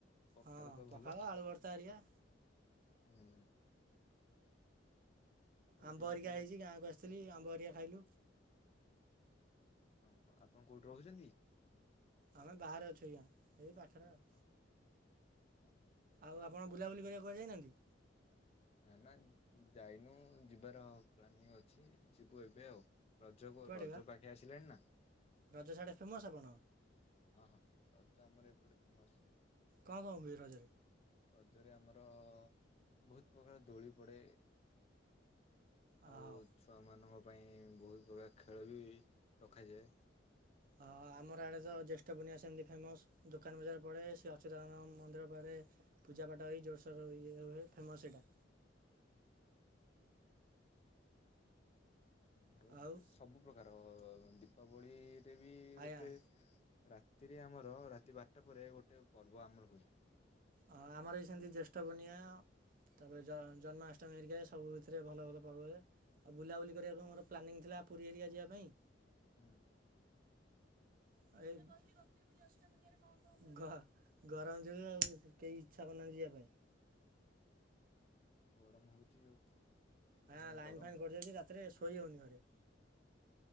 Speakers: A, on the left (about 35°); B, on the right (about 50°).
A: ପଖାଳ
B: ହଁ
A: ତ ଭଲ
B: ପଖାଳ ଆଳୁ ଭ୍ରତା ହେରିକା।
A: ହୁଁ ଖରା
B: ଆମ୍ବ
A: ଦିନ
B: ହେରିକା
A: ତ ଏମିତି
B: ହେଇଛି ଗାଁକୁ ଆସିଥିଲି ଆମ୍ବ ହେରିକା ଖାଇଲୁ।
A: ଓ ହଁ ଆପଣ କୋଉଠୁ ରହୁଛନ୍ତି?
B: ଆମେ ବାହାରେ ଅଛୁ ଆଜ୍ଞା ଏଇ ପାଖରେ ଆଉ।
A: ହଁ ହଁ।
B: ଆଉ ଆପଣ ବୁଲାବୁଲି କରିବା କୁ କୁଆଡ଼େ ଯାଇନାହାନ୍ତି?
A: ନା ନା ଯାଇନୁ ଯିବାର ପ୍ଲାନିଂ ଅଛି ଯିବୁ ଏବେ ଆଉ। ରଜ କ
B: କୁଆଡ଼େ
A: ରଜ
B: ବା
A: ପାଖେ ଆସିଲାଣି ନା।
B: ରଜ ସାଡେ ଫେମସ ଆପଣ
A: ହଁ ହଁ ରଜ ଆମର ଏପଟେ ଫେମସ।
B: କଣ କଣ ହୁଏ ରଜରେ?
A: ରଜରେ ଆମର ବହୁତ ପ୍ରକାର ଦୌଳି ପଡ଼େ।
B: ଓହୋ।
A: ଆଉ ଛୁଆ ମାନଙ୍କ ପାଇଁ ବହୁତ ପ୍ରକାର ଖେଳ ବି ରଖାଯାଏ।
B: ହଁ ଆମର ଆଡେ ତ ଜ୍ୟେଷ୍ଠ ପୂର୍ଣ୍ଣିମା ସେମିତି ଫେମସ ଦୋକାନ ବଜାର ପଡେ ସେ ଅଚ୍ୟୁତା ନନ୍ଦଙ୍କ ମନ୍ଦିର ପାଖରେ ପୂଜାପାଠ ହେଇ ଜୋରସୋର ଇ ହୁଏ ଫେମସ ସେଇଟା।
A: ହୁଁ। ଆମର ଏପଟେ
B: ଆଉ
A: ସବୁ ପ୍ରକାର ଦୀପାବଳୀ ବି
B: ଆଜ୍ଞା
A: ଗୋଟେ ରାତିରେ ଆମର ରାତି ବାରଟା ପରେ ଗୋଟେ ପର୍ବ ଆମର ହୁଏ।
B: ହଁ ଆମର ବି ସେମିତି ଜ୍ୟେଷ୍ଠ ପୂର୍ଣ୍ଣିମା ତାପରେ ଜନ୍ମାଷ୍ଟମୀ ହେରିକା ସବୁ ଭିତରେ ଭଲ ଭଲ ପର୍ବ ହୁଏ ଆଉ ବୁଲାବୁଲି କରିବାକୁ ମୋର ପ୍ଲାନିଂ ଥିଲା ପୁରୀ ହେରିକା ଯିବା ପାଇଁ
A: ହୁଁ।
B: ଏ ଗରମ ଯୋଗୁ ଆଉ କେହି ଇଚ୍ଛା କରୁନାହାଁନ୍ତି ଯିବା ପାଇଁ।
A: ଗରମ ହଉଛି ଯୋଉ ଭୀଷଣ
B: ହଁ ଲାଇନ୍
A: ଗରମ
B: ଫାଇନ୍ କଟି ଯାଉଛି ରାତି ରାତିରେ ଶୋଇ ହଉନି ଘରେ।